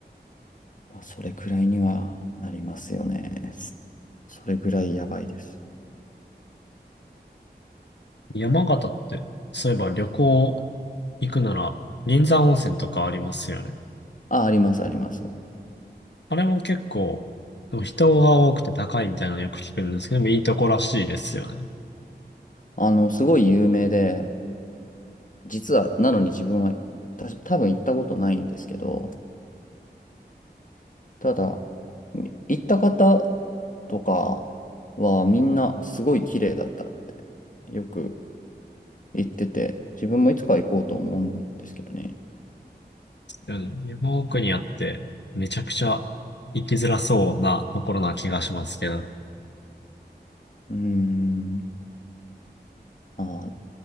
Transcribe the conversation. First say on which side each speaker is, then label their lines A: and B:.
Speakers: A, on the left (about 50°); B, on the left (about 85°).
A: まあ、それくらいにはなりますよね。すそれくらいやばいです。
B: 山形って、そういえば旅行行くなら、銀山温泉とかありますよね。
A: あ、あります、あります。
B: あれも結構、でも人が多くて高いみたいなのよく聞くんですけど、でもいいとこらしいですよね。
A: あの、すごい有名で、実は、なのに自分は、た多分行ったことないんですけど、ただ、み行った方とかはみんなすごい綺麗だったってよく行ってて、自分もいつかは行こうと思うんですけどね。
B: よね山奥にあって、めちゃくちゃ行きづらそうなところな気がしますけど、
A: うーん。あ、